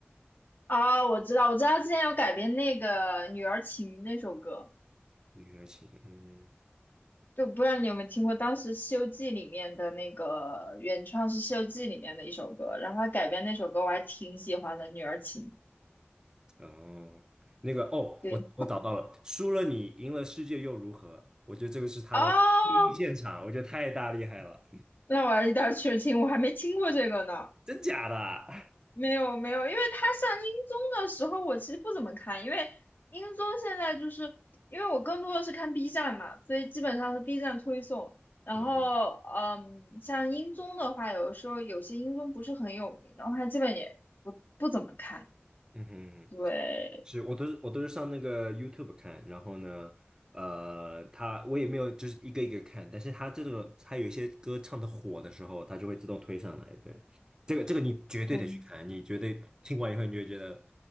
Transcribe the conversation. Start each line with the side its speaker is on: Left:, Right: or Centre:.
Left: 啊，我知道，我知道，之前有改编那个《女儿情》那首歌，
Right: 李克勤，嗯。
Left: 就不知道你有没有听过。当时《西游记》里面的那个原创是《西游记》里面的一首歌，然后他改编那首歌，我还挺喜欢的，《女儿情》。
Right: 哦，那个哦，
Left: 对，
Right: 我我找到了，输了你，赢了世界又如何？我觉得这个是他的第一现场，
Left: 哦，
Right: 我觉得太大厉害了，
Left: 那我一定要去听，我还没听过这个呢。
Right: 真假的啊？<laughs>
Left: 没有没有，因为他上英综的时候，我其实不怎么看，因为英综现在就是因为我更多的是看 B 站嘛，所以基本上是 B 站推送。然后，
Right: 啊
Left: 嗯，像英综的话，有的时候有些英综不是很有名，然后他基本也不不怎么看。
Right: 嗯哼，
Left: 对，
Right: 是我都是我都是上那个 YouTube 看，然后呢，呃，他我也没有就是一个一个看，但是他这种他有一些歌唱的火的时候，他就会自动推上来。对，这个这个你绝对得去看，
Left: 嗯
Right: 你绝对听完以后你就会觉得